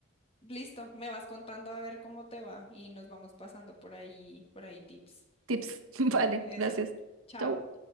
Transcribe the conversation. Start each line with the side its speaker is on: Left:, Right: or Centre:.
Left: Listo, me vas contando a ver cómo te va y nos vamos pasando por ahí, por ahí tips.
Right: Tips, <laughs> vale,
Left: Eso.
Right: gracias.
Left: Chao.
Right: Chau.